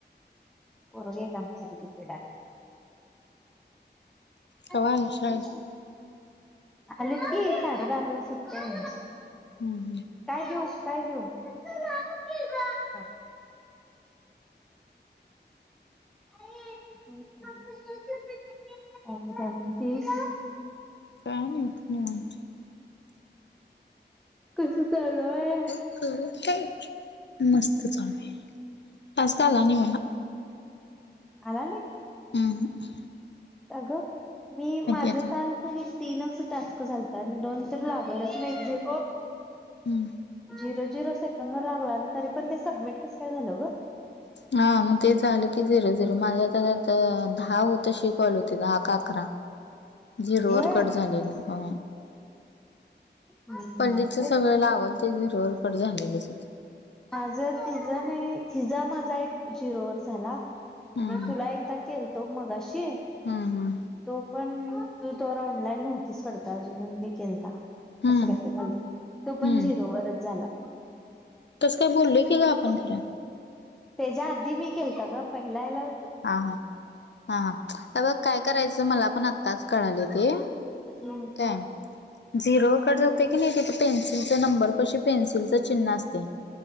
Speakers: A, in the centre; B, on the left.
A: उरग काम स कती पेडले.
B: कवा
A: अछछ
B: आली शाळेत
A: आलीत की साडेबाराला सुटेतेय.
B: हम् हम.
A: काय देऊ काय देऊ अस लाव की ग. <unintelligible> तीस
B: काय नय नाही म्ह
A: कसं चालूय
B: हो काय मस्त चालूय आज का आला नाही म्हणा
A: आला नाही
B: हम ह
A: का ग मी माझ
B: आता
A: काल क तीन अस टास्क झालतात आणि दोन तर लागलच नाही
B: हम्म
A: झिरो झिरो सेकंद लागलां तरी पण ते सबमिट कस काय झालं ग
B: हा मग ते झालं कि झिरो झिरो माझ्या त दहा होत शिकवायल होते दहा का अकरा जीरो
A: होय
B: वर कट झाले हा
A: हम्म
B: पल्लीच
A: तेच
B: सगळं लावल ते झिरो वर कड झालेलंच हो
A: माझ तिजं नाही तिजा माझा एक जिरोवर झाला आणि
B: हम्म
A: तुला एकदा केल तो मगाशी
B: हम्म हम्म
A: तो पण तू तरो ऑनलाईन नव्हतीच पडता अजून मी केलता
B: हम्म
A: असं तो पण
B: हम्म
A: झिरो वरच झाला
B: तसं काय बोललेय की ग आपण खरं
A: त्याज्या आधी मी केलत ग पहिलाला
B: हा हा हा ह बघ काय करायचं मला पण आत्ताच कळाले ते
A: ह
B: ह झिरोवर कट जातयं की नाही तिथे पेन्सिलचा नंबर पशी पेन्सिलच चिन्ह असते